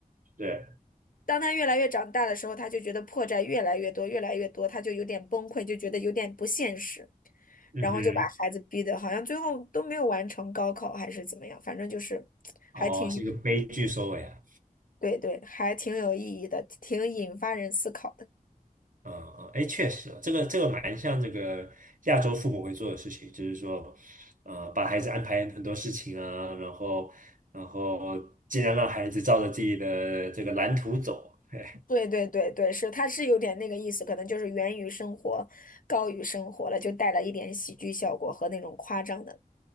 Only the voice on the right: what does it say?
对，
嗯哼，
哦，
是一个悲剧收尾啊。
嗯嗯，哎，确实啊这个这个蛮像这个亚洲父母会做的事情，就是说，呃，把孩子安排很多事情啊，然后然后尽量让孩子照着自己的这个蓝图走。嘿，